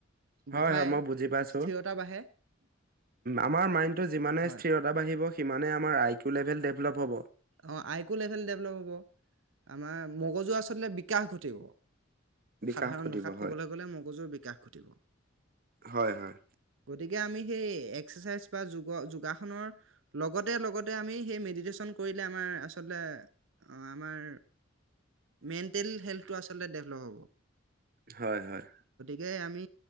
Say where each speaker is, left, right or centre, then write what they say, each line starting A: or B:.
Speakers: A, on the right (about 75°); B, on the right (about 45°).
A: বঢ়ায়
B: হয় হয় মই বুজি পাইছো
A: স্থিৰতা বাঢ়ে
B: আমাৰ মাইণ্ডটো যিমানে
A: হয়
B: স্থিৰতা বাঢ়িব সিমানে আমাৰ আই কিউ লেভেল ডেভেলপ হ'ব
A: অ আইকো লেভেল ডেভলপ হ'ব আমাৰ। মগজু আচলতে বিকাশ ঘটে টি ব
B: বিকাশ
A: সাধাৰণ
B: ঘটিব
A: ভাষাত ক'বলৈ
B: হয়
A: গ'লে মগজুৰ বিকাশ ঘটিব
B: হয় হয়
A: গতিকে আমি সেই এক এক্সাৰ্চাইজ বা যোগাসনৰ লগতে লগতে আমি সেই মেডিটেচন কৰিলে আমাৰ আচলতে আমাৰ মেণ্টেল হেল্থটো আচলতে ডেভলপ হ'ব।
B: হয় হয়
A: যে আ্মি